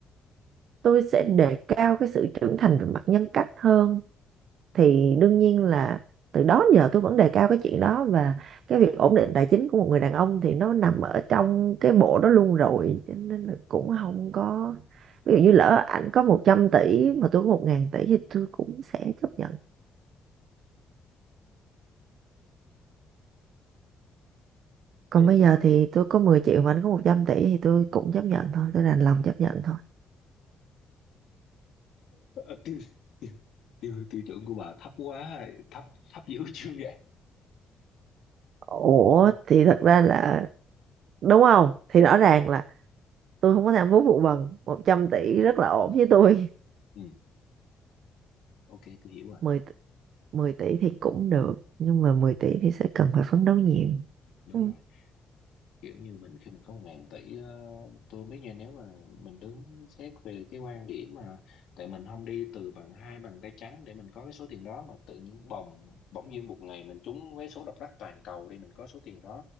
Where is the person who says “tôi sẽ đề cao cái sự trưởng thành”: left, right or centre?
Right